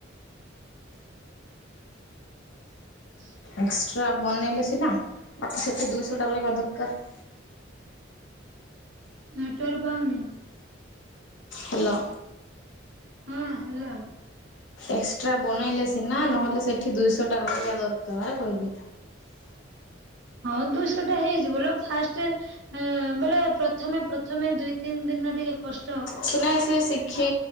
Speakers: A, on the right; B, on the left.
A: ହ <inaudible>
B: ଏକ୍ସଟ୍ରା ବନେଇଲେ ସିନା ବାକି ସେଠି ଦୁଇଶଟା ରହିବା ଦରକାର।
A: ନେଟୱାର୍କ ପାଉନି।
B: ହାଲୋ।
A: ହଁ ହେଲୋ।
B: ଏକ୍ସଟ୍ରା ବନେଇଲେ ସିନା ନହେଲେ ସେଠି ଦୁଇଶଟା ରହିବା ଦରକାର କହିଲି।
A: ହଁ ଦୁଇଶଟା ହେଇଯିବ ଲୋ ଫାଷ୍ଟ ଏଁ ବୋଲେ ପ୍ରଥମେ ପ୍ରଥମେ ଦିଇ ତିନି ଦିନ ଟିକେ କଷ
B: ସୁନା ସିଏ ଶିଖେ